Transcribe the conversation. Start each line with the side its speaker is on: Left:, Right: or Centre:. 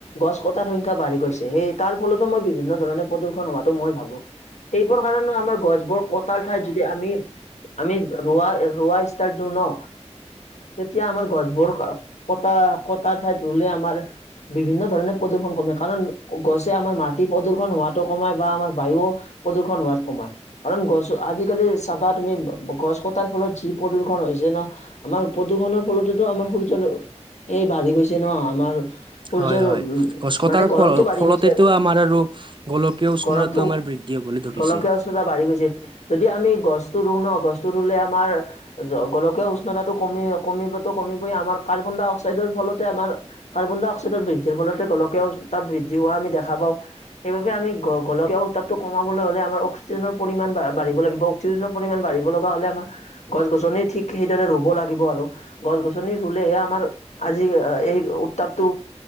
Left: গছ কটাৰ সংখ্যা বাঢ়ি গৈছে। সেই তাৰ ফলতো মই বিভিন্ন ধৰণে প্ৰদূ্ষন হোৱাটো মই ভাবোঁ। সেইবোৰ কাৰণেও আমাৰ গছ বোৰ কটাৰ ঠাইত যদি আমি আমি। ৰোৱা ৰোৱা ষ্টাৰ্ট দিওঁ ন। তেতিয়া আমাৰ গছবোৰ কটা কটাৰ ঠাইত ৰুলে আমাৰ। বিভিন্ন ধৰণে প্ৰদূ্ষন কমে কাৰণ গছে আমাৰ মাটি প্ৰদূ্ষন হোৱাতটো কমাই বা আমাক বায়ু। প্ৰদূষন হোৱাত কমায়। কাৰণ গছ আজিকালি চাবা তুমি গছ কটাৰ ফলত যি প্ৰদূ্ষন হৈছে ন। আমাৰ প্ৰদূষণৰ ফলতেতো আমাৰ সূৰ্য্য এই বাঢ়ি গৈছে ন আমাৰ। সূৰ্য্যৰ
Right: হয় হয়
Left: উম
Right: গছ কটাৰ
Left: মানে গৰমটো
Right: ফল
Left: বাঢ়ি
Right: ফলতেতো
Left: গৈছে, আৰু
Right: আমাৰ আৰু গোলকীয় উষ্ণতাটো
Left: গৰমটো।
Right: আমাৰ বৃদ্ধি হবলৈ ধৰিছে।
Left: গলকীয়া উষ্ণতা বাঢ়ি গৈছে, যদি আমি গছটো ৰুওঁ ন গছটো ৰুলে আমাৰ। গোলকীয় উষ্ণতাটো কমি কমিবো কমিবই আমাৰ কাৰ্বন ডাই অক্সাইডৰ ফলতে আমাৰ। কাৰ্বন ডাই অক্সাইডৰ বৃদ্ধিৰ ফলতে গলকেও তাত বৃদ্ধি হোৱা আমি দেখা পাওঁ। সেইবাবে আমি গলক উতাপটো কমাবলৈ হ'লে আমাৰ অক্সিজেনৰ পৰিমাণ বা বাঢ়িব লাগিব। অক্সিজেন পৰিমাণ বাঢ়িব লগা হ'লে আমাৰ। গছ গছনি ঠিক সেইদৰে ৰুব লাগিব আৰু গছ গছনি ৰুলেহে আমাৰ। আমাৰ আজি এই উত্তাপটো।